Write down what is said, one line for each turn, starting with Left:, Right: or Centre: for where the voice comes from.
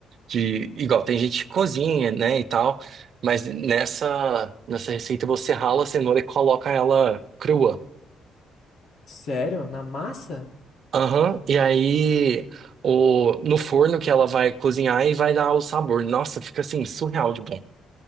Right: de igual tem gente que cozinha, né, e tal, mas nessa nessa receita você rala a cenoura e coloca ela crua.
Left: Sério? Na massa?
Right: Aham, e aí o no forno que ela vai cozinhar e vai dar o sabor. Nossa, fica assim surreal de bom.